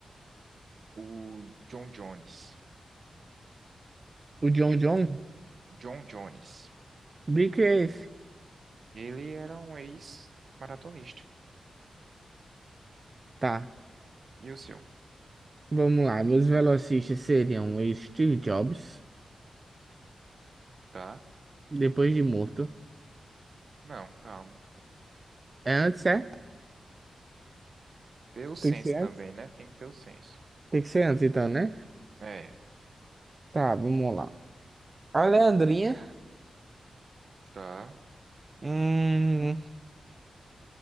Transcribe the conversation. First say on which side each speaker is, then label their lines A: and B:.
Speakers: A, on the right; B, on the right.
A: o John Jones.
B: O John
A: E
B: John?
A: John Jones.
B: Bico é esse?
A: Ele era um ex-maratonista.
B: Tá,
A: E o seu?
B: vamos lá. Meus velocistas seriam o Steve Jobs.
A: Tá?
B: Depois de morto.
A: Não, calma. pô.
B: É antes, é?
A: Ter o senso
B: Tem que ser antes.
A: também, né? Tem que ter o senso.
B: Tem que ser antes, então, né?
A: É,
B: Tá, vamos lá. A Leandrinha.
A: tá.
B: Hum,